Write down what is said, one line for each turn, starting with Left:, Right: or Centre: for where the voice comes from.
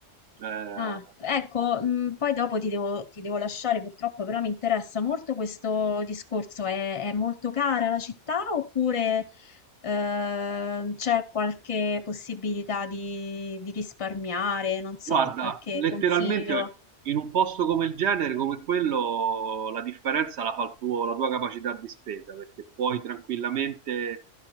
Right: Eh,
Left: Ah, ecco, mh, poi dopo ti devo, ti devo lasciare purtroppo, però mi interessa molto questo discorso. È, è molto cara la città oppure ehm, c'è qualche possibilità di, di risparmiare? Non so,
Right: Guarda,
Left: qualche
Right: letteralmente
Left: consiglio?
Right: in un posto come il genere, come quello, la differenza la fa il tuo- la tua capacità di spesa, perché puoi tranquillamente